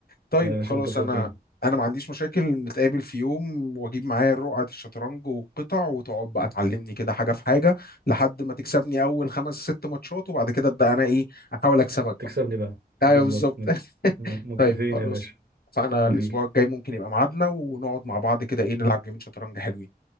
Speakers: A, on the left; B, on the right.
A: طيب
B: لا يا باشا
A: خلاص
B: متفقين
A: انا انا ما عنديش مشاكل نتقابل في يوم واجيب معايا رقعة الشطرنج والقطع وتقعد بقى تعلمني كده حاجة في حاجة لحد ما تكسبني اول خمس ست ماتشات وبعد كده ابدا انا ايه احاول اكسبك
B: تكسبني
A: بقى
B: بقى
A: ايوه
B: بالظبط
A: بالظبط
B: مت-
A: <laughs>
B: متفقين
A: طيب خلاص
B: يا باشا
A: فانا
B: ديل
A: الاسبوع الجاي ممكن يبقى ميعادنا ونقعد مع بعض كده ايه نلعب جيمين شطرنج حلوين